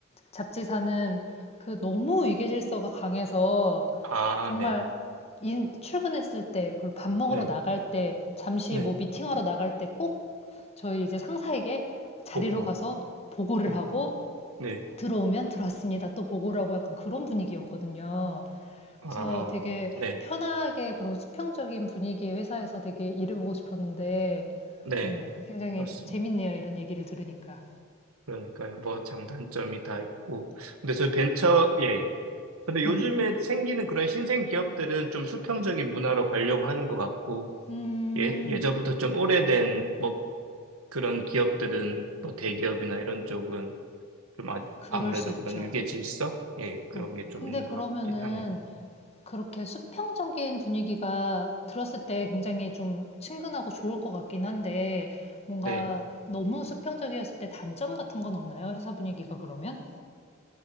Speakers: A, on the left (about 30°); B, on the right (about 75°).
A: 잡지사는 그 너무 위계질서가 강해서
B: 아,
A: 정말
B: 네.
A: 인- 출근했을 때, 그리고 밥 먹으러
B: 네.
A: 나갈 때, 잠시
B: 네.
A: 뭐 미팅하러 나갈 때 꼭 저희 이제 상사에게 자리로
B: 보고하고.
A: 가서 보고를
B: 어.
A: 하고
B: 네.
A: 들어오면 들어왔습니다. 또 보고를 하고 약간 그런 분위기였거든요.
B: 아,
A: 그래서 되게
B: 네.
A: 편하게 그런 수평적인 분위기의 회사에서 되게 일을 보고 싶었는데
B: 네.
A: 음, 굉장히
B: 그렇습니다.
A: 재밌네요. 이런 얘기를 들으니까.
B: 그러니까요. 뭐 장단점이 다 있고. 근데 저 벤처, 예. 근데
A: 네.
B: 요즘에 생기는 그런 신생 기업들은 좀 수평적인 문화로 가려고 하는 것 같고,
A: 음,
B: 예, 예전부터 좀 오래된 뭐 그런 기업들은 뭐 대기업이나 이런 쪽은 좀 아,
A: 그럴
B: 아무래도
A: 수 있죠.
B: 그런 유계 질서? 예, 그런
A: 어,
B: 게 좀
A: 근데
B: 있는 것
A: 그러면은
B: 같긴 하네요.
A: 그렇게 수평적인 분위기가 들었을 때 굉장히 좀 친근하고 좋을 것 같긴 한데 뭔가
B: 네.
A: 너무 수평적이었을 때 단점 같은 건 없나요? 회사 분위기가 그러면?